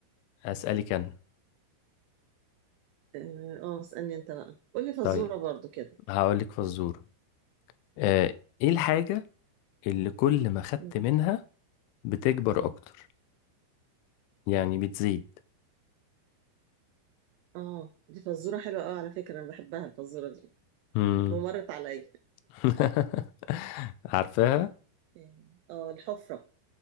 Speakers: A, on the left; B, on the right.
A: أسألك أنا
B: اه آه، اسألني انت بقى قولي فزورة
A: طيب
B: برضو كده
A: هقولك فزورة آه، إيه الحاجة اللي كل ما خدت
B: مم.
A: منها بتكبر أكتر يعني بتزيد
B: اه دي فزورة حلوة قوي على فكرة انا بحبها الفزورة دي
A: مم.
B: ومرت عليا
A: <laughs> عارفاها
B: اه آه، الحفرة